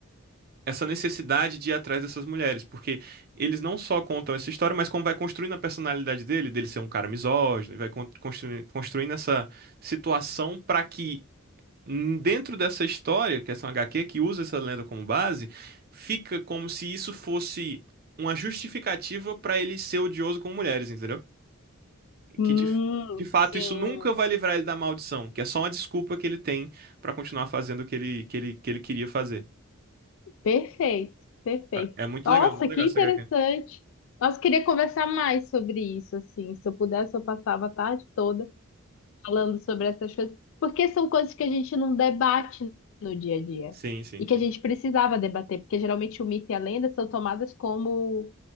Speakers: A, on the right; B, on the left.
A: essa necessidade de ir atrás dessas mulheres, porque eles não só contam essa história, mas como vai construindo a personalidade dele, dele ser um cara misógino, e vai con- construi- construindo essa situação para que hum, dentro dessa história, que é uma HQ que usa essa lenda como base, fica como se isso fosse uma justificativa para ele ser odioso com mulheres, entendeu?
B: Hum,
A: Que de, de fato
B: sim.
A: isso nunca vai livrar ele da maldição, que é só uma desculpa que ele tem para continuar fazendo o que ele, que ele, que ele queria fazer.
B: Perfeito, perfeito.
A: É é muito
B: Nossa,
A: legal, muito legal
B: que
A: essa
B: interessante.
A: HQ.
B: Nossa, queria conversar mais sobre isso, assim. Se eu pudesse, eu passava a tarde toda falando sobre essas coisas, porque são coisas que a gente não debate no dia a dia
A: Sim, sim,
B: e
A: sim.
B: que a gente precisava debater, porque geralmente o mito e a lenda são tomadas como,